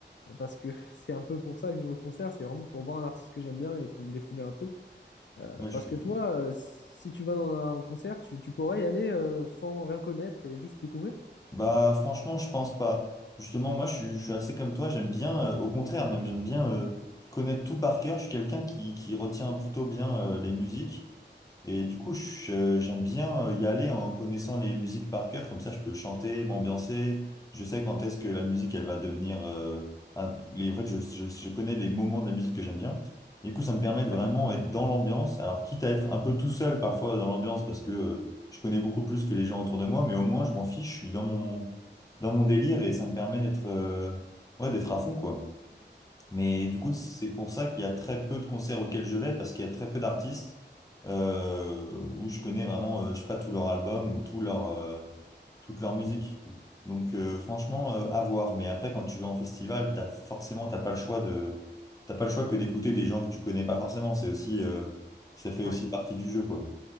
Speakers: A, on the left; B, on the left.
A: parce que <laughs> c'est un peu pour ça que je vais au concert, c'est vraiment pour voir un artiste que j'aime bien et pour me défouler un peu. Euh,
B: moi
A: parce
B: je suis.
A: que toi, euh, si tu vas dans un concert, tu, tu pourrais y aller euh, sans rien connaître et juste découvrir.
B: Bah franchement, je pense pas. Justement, moi je suis, je suis assez comme toi, j'aime bien, euh, au contraire même, j'aime bien euh, connaître tout par cœur. Je suis quelqu'un qui, qui retient plutôt bien euh, les musiques. Et du coup, je- j'aime bien euh, y aller en connaissant les musiques par cœur, comme ça je peux chanter, m'ambiancer. Je sais quand est-ce que la
A: Mhm.
B: musique, elle va devenir... euh, un- les, en fait, je, je, je connais les moments de la musique que j'aime bien. Du coup, ça me permet de vraiment
A: Ouais.
B: être dans l'ambiance. Alors, quitte à être un peu tout seul parfois dans l'ambiance, parce que euh, je connais beaucoup plus que les gens autour de moi, mais au moins, je m'en fiche, je suis dans mon, dans mon délire et ça me permet d'être euh, ouais, d'être à fond, quoi. Mais du coup,
A: Mm.
B: c'est pour ça qu'il y a très peu de concerts auxquels je vais, parce qu'il y a très peu d'artistes euh, où je connais vraiment, euh, je sais pas, tout leur album ou tout leur, euh, toute leur musique. Donc euh, franchement, euh, à voir. Mais après, quand tu vas en festival, t'as forcément, t'as pas le choix de, t'as pas le choix que d'écouter des gens que tu connais pas forcément. C'est aussi, euh, ça fait
A: Ouais.
B: aussi partie du jeu, quoi.